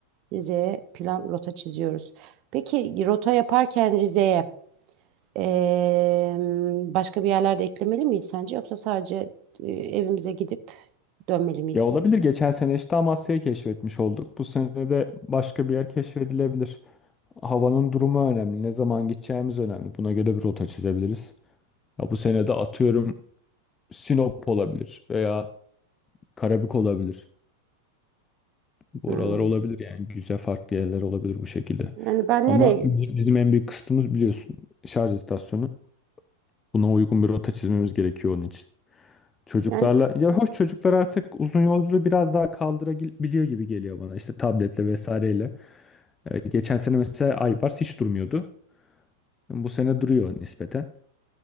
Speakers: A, on the right; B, on the left.
A: Rize'ye plan rota çiziyoruz. Peki rota yaparken Rize'ye eee, başka bir yerlerde eklemeli miyiz sence? Yoksa sadece eee, evimize gidip dönmeli miyiz?
B: Ya olabilir. Geçen sene işte Amasya'yı keşfetmiş olduk. Bu sene de başka bir yer keşfedilebilir. Havanın durumu önemli. Ne zaman gideceğimiz önemli. Buna göre bir rota çizebiliriz. Ya bu sene de atıyorum Sinop olabilir veya Karabük olabilir. Buralar
A: Hmm.
B: olabilir yani güzel farklı yerler olabilir bu şekilde.
A: Yani ben
B: Ama
A: nereye
B: bi- bizim en büyük kısıtımız biliyorsun şarj istasyonu. Buna uygun bir rota çizmemiz gerekiyor onun için. Çocuklarla
A: yani
B: ya hoş çocuklar artık uzun yolculuğu biraz daha kaldırabiliyor gibi geliyor bana işte tabletle vesaireyle. Ee, geçen sene mesela Aybars hiç durmuyordu. Bu sene duruyor nispeten.